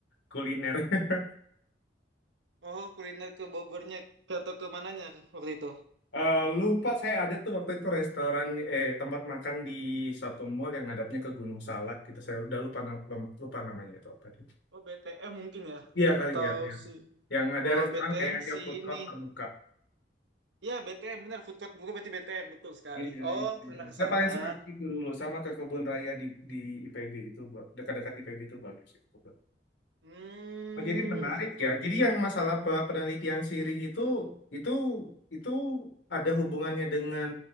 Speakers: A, on the left (about 85°); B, on the right (about 75°).
A: kuliner. <laughs>
B: Oh, kuliner ke Bogornya atau ke mananya waktu itu?
A: Eh, lupa saya ada tuh waktu itu restoran eh tempat makan di satu mall yang ngadapnya ke Gunung Salak gitu. Saya udah lupa na- lupa namanya itu apa itu.
B: Oh, BTM mungkin ya.
A: Iya kali
B: Atau
A: ya, iya.
B: si,
A: Yang ada
B: kalau nggak
A: restoran
B: BTM
A: kayak dia
B: si
A: food
B: ini.
A: court terbuka.
B: Ya, BTM benar. Food court bukan berarti BTM betul sekali.
A: Iya
B: Oh,
A: itu.
B: pernah
A: ya.
B: ke
A: Saya
B: sana.
A: paling suka ke situ dulu sama ke kebun raya di di IPB itu ba- dekat-dekat IPB itu bagus itu.
B: Hmm,
A: Oh, jadi menarik
B: gitu
A: ya.
B: gitu.
A: Jadi yang masalah pe- penelitian sirih itu itu itu ada hubungannya dengan